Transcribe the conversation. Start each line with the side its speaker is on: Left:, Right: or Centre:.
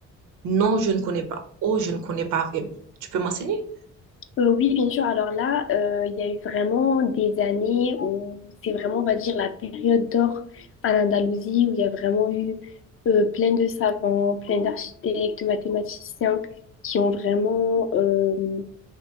Right: Non, je ne connais pas. Oh, je ne connais pas vraiment. Tu peux m'enseigner?
Left: Euh, oui, bien sûr. Alors là, euh, il y a eu vraiment des années où c'est vraiment, on va dire, la période d'or en Andalousie, où il y a vraiment eu euh, plein de savants, plein d'architectes, mathématiciens qui ont vraiment euh,